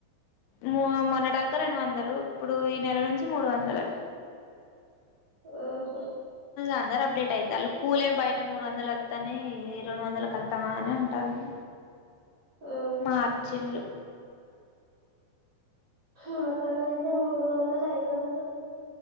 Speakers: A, on the left; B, on the right.
A: మో మొన్నడ్దాకా రెండు వందలు. ఇప్పుడు ఈ నెల నుంచి మూడు వందలట.
B: ఓహో
A: అందరు అప్డేట్ అయితళ్ళు. కూలే బయట మూడు వందలు వత్రాన్నై. ఈ రెండు వందలకు వత్తామా అని అంటాళ్ళు.
B: ఊ
A: మార్చిళ్ళు.
B: మాకనైతే మూడు వందల్, ఐదు వందల్